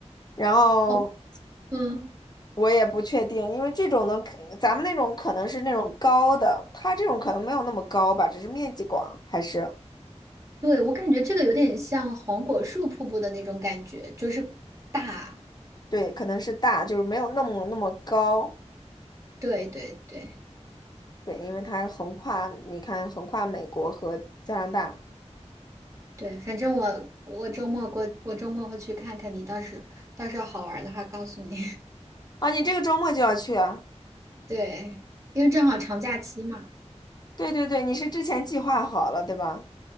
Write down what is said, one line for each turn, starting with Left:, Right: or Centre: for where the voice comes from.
Left: 然后
Right: 哦，嗯。
Left: 我也不确定，因为这种的可咱们那种可能是那种高的，它这种可能没有那么高吧，只是面积广，还是，
Right: 对，我感觉这个有点像黄果树瀑布的那种感觉，就是大。
Left: 对，可能是大，就是没有那么那么高，
Right: 对对对
Left: 对，因为它横跨，你看横跨美国和加拿大。
Right: 对，反正我我周末过，我周末会去看看你，到时到时候好玩儿的话告诉你。
Left: 啊，你这个周末就要去啊？
Right: <laughs> 对，因为正好长假期嘛。
Left: 对对对，你是之前计划好了，对吧？